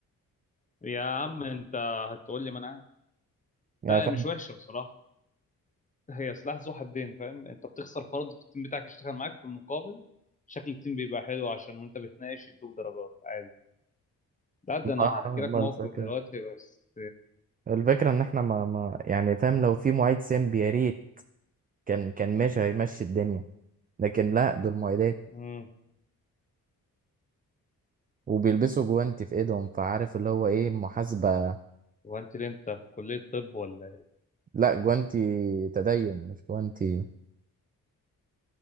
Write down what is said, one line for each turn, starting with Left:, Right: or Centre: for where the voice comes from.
Left: يا عم انت هتقول لي ما انا عارف
Right: يعني
Left: لا
Right: فاهم
Left: هي مش وحشه بصراحه هي سلاح ذو حدين فاهم انت بتخسر فرد في التيم بتاعك يشتغل معاك في المقابل شكل التيم بيبقى حلو عشان وانت بتناقش يدوك درجات عادي لا ده انا
Right: آه،
Left: هحكي لك
Right: بس
Left: موقف
Right: كده.
Left: دلوقتي بس
Right: الفكره ان احنا ما, ما يعني فاهم لو في معيد سيمب يا ريت كان كان ماشي هيمشي الدنيا لكن لا دول معيدات
Left: امم
Right: وبيلبسوا جوانتي في ايدهم فعارف اللي هو ايه محاسبه
Left: هو انت ليه انت في كليه طب ولا ايه
Right: لا جوانتي تدين مش جوانتي